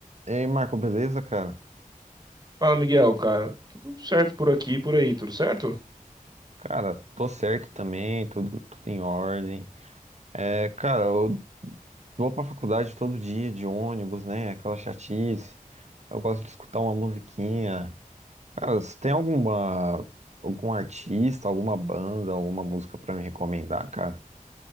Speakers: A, on the right (about 50°); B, on the right (about 30°).
A: E aí, Marco, beleza, cara?
B: Fala, Miguel, cara. Tudo certo por aqui e por aí, tudo certo?
A: Cara, tô certo também, tudo, tudo em ordem. É, cara, eu vou pra faculdade todo dia de ônibus, né? Aquela chatice. Eu gosto de escutar uma musiquinha. Cara, você tem alguma, algum artista, alguma banda, alguma música pra me recomendar, cara?